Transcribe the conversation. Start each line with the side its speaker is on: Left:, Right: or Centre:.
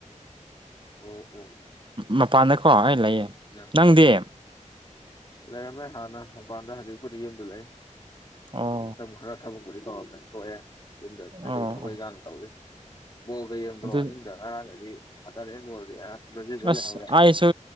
Left: ꯑꯣ ꯑꯣ
Right: ꯃꯄꯥꯟꯗꯀꯣ ꯑꯩ ꯂꯩꯌꯦ
Left: ꯌꯥ
Right: ꯅꯪꯗꯤ
Left: ꯂꯩꯔꯝꯃꯦ ꯍꯥꯟꯅ ꯃꯄꯥꯟꯗ ꯍꯧꯖꯤꯛꯄꯨꯗꯤ ꯌꯨꯝꯗ ꯂꯩ꯫
Right: ꯑꯣ
Left: ꯃꯇꯝ ꯈꯔ ꯊꯕꯛ ꯄꯨꯗꯤ ꯇꯧꯔꯝꯃꯦ ꯇꯣꯛꯑꯦ ꯌꯨꯝꯗ ꯀꯩꯀꯩ
Right: ꯑꯣ
Left: ꯊꯕꯛ
Right: ꯑꯣ
Left: ꯏꯪꯒꯥꯡ ꯇꯧꯔꯤ ꯕꯣꯜꯒ ꯌꯦꯡꯗ꯭ꯔꯣ
Right: ꯑꯗꯨ
Left: ꯑꯍꯤꯡꯗ ꯉꯔꯥꯡꯒꯗꯤ ꯐꯖꯔꯦ ꯕꯣꯜꯗꯤ ꯑ ꯕ꯭ꯔꯥꯖꯤꯜꯗ
Right: ꯑꯁ!
Left: ꯂꯩꯍꯧꯔꯦ
Right: ꯑꯩꯁꯨ